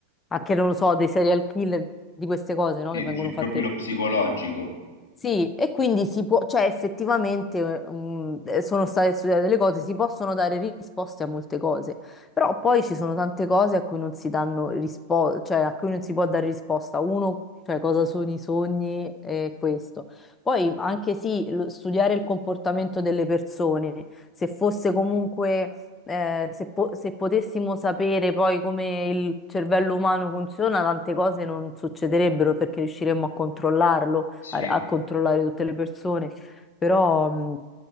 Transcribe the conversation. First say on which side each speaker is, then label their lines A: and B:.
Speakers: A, on the left (about 20°); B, on the left (about 65°).
A: anche non lo so, dei serial killer, di queste cose, no?
B: Sì,
A: Che vengono
B: dici il
A: fatte
B: profilo psicologico.
A: sì, e quindi si può, cioè effettivamente eh, mm, eh, sono state studiate delle cose, si possono dare risposte a molte cose, però poi ci sono tante cose a cui non si danno risposta, cioè a cui non si può dare risposta. Uno, cioè cosa sono i sogni e questo. Poi anche sì, lo- studiare il comportamento delle persone, se fosse comunque, eh, se, po- se potessimo sapere poi come il cervello umano funziona, tante cose non succederebbero perché riusciremmo a controllarlo
B: Sì.
A: a, a controllare tutte le persone, però mh,